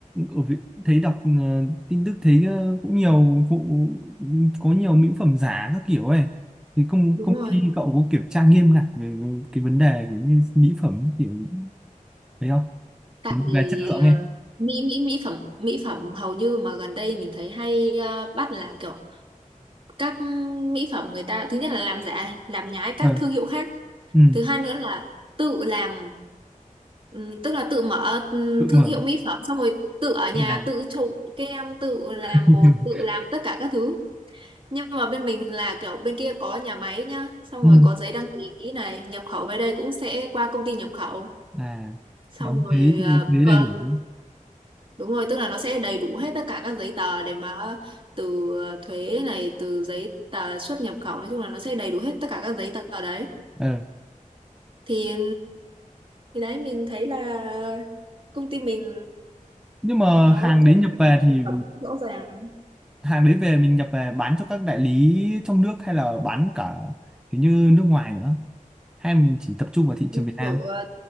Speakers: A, in the centre; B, on the right.
A: ở Việt, thấy đọc ờ, tin tức thấy ờ, cũng nhiều vụ có nhiều mỹ phẩm giả các kiểu ấy thì công
B: Đúng
A: công
B: rồi.
A: ty cậu có kiểm tra nghiêm ngặt về, về cái vấn đề kiểu như mỹ phẩm kiểu thấy không
B: tại
A: Cái-
B: vì
A: về chất lượng
B: ờ,
A: ấy
B: mỹ mỹ mỹ phẩm mỹ phẩm hầu như mà gần đây mình thấy hay ờ, bắt là kiểu các mỹ phẩm người ta thứ nhất là làm giả làm nhái các
A: ờ,
B: thương hiệu khác
A: ừ,
B: thứ hai nữa là tự làm ừm, tức là tự mở ừm,
A: tự
B: thương
A: mở
B: hiệu mỹ phẩm xong rồi tự ở nhà
A: tự
B: tự trộn kem tự làm
A: <laughs>
B: bột tự làm tất cả các thứ nhưng mà bên mình là kiểu bên kia có nhà máy nhá xong
A: ừ.
B: rồi có giấy đăng ký này nhập khẩu về đây cũng sẽ qua công ty nhập khẩu
A: à
B: xong
A: đóng
B: rồi
A: thuế thì
B: à,
A: thuế
B: còn
A: đầy đủ
B: Đúng rồi, tức là nó sẽ đầy đủ hết tất cả các giấy tờ để mà từ ờ, thuế này, từ giấy tờ xuất nhập khẩu, nói chung là nó sẽ đầy đủ hết tất cả các giấy tờ đấy.
A: ờ
B: Thì thì đấy mình thấy là công ty mình
A: nhưng mà
B: nó
A: hàng đấy
B: có
A: nhập về thì
B: sản phẩm rõ ràng,
A: hàng đấy về mình nhập về bán cho các đại lý trong nước hay là bán cả kiểu như nước ngoài nữa hay mình chỉ tập trung vào thị
B: kiểu
A: trường Việt Nam
B: ờ,